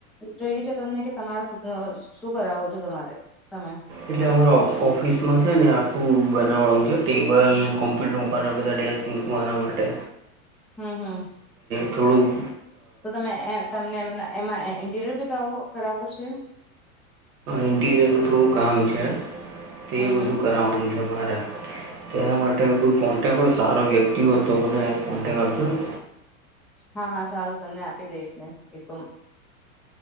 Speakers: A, in the centre; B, on the right (about 85°).
A: જોઈએ છે તમને કે તમારે ખુદ જ શું કરાવો છો તમારે તમે.
B: એટલે અમારા ઓફિસમાં છે ને આખું બનાવવા છે ટેબલને કોમ્પ્યુટર કરવા બધા ડેસ્ક મૂકવાના માટે
A: હમ હમ
B: થોડુંક
A: તો તમે તમને એમ એમાં ઇન્ટિરિયર ભી કર કરાવો છે.
B: ઇન્ટીરિયરનું થોડું કામ છે તે
A: હમ
B: બધું
A: હમ
B: કરાવવાનું છે. મારે તો એના માટે કોઈ કોન્ટેક હોય સારો વ્યક્તિ હોય તો મને કોન્ટેક આપજો ને.
A: હા હા સારું તમને આપી દેશે એ તો.